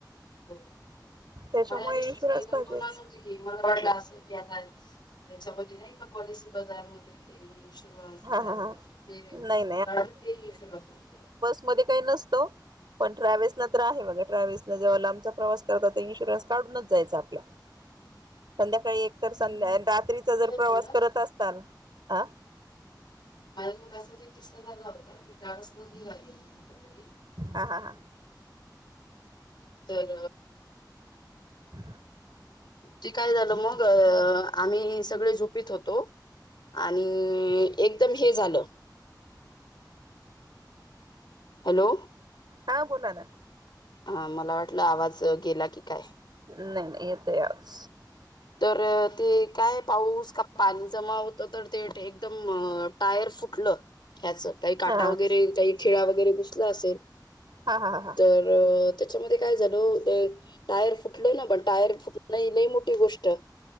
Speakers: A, on the left (about 80°); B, on the right (about 70°).
A: बरोबर
B: त्याच्यामुळे
A: मला या गोष्टीची
B: इन्शुरन्स
A: काही कल्पना
B: पाहिजेच.
A: नव्हती मला वाट असेल क आता याच्यामध्ये नाही का पॉलिसी बजार मध्ये ते इन्शुरन्स
B: हा हा हा
A: ते
B: नाही
A: मला वाटते हशोबाच माहित समतंय
B: मध्ये काही नसतं. पण ट्रॅव्हल्स ना तर आहे बघा ट्रॅव्हल्स जेव्हाला आमचा प्रवास करतात तर इन्शुरन्स काढूनच जायचं आपला
A: ह
B: संध्याकाळी एक तर संध्या रात्रीचा जर प्रवास
A: झाला
B: करत असताल हा
A: माझ त मग असाच एक किक्सा झाला होता मी ट्रावस न निघाली कुठे तरी
B: हा हा हा
A: तर
B: ह
A: ती काय झालं मग आम्ही सगळे झुपीत होतो. आणि एकदम हे झालं हॅलो
B: हा बोला ना
A: हा मला वाटलं आवाज गेला की काय
B: नाही नाही य त आवच
A: तर ते काय पाऊस का पाणी जमा होत तर ते एकदम टायर फुटलं. ह्याच काही काटा
B: हा
A: वगैरे काही खेळा वगैरे घुसला असेल.
B: हा हा हा हा
A: तर त्याच्यामध्ये काय झाल ते टायर फुटलय ना पण टायर फुटण ल मोठी गोष्ट ट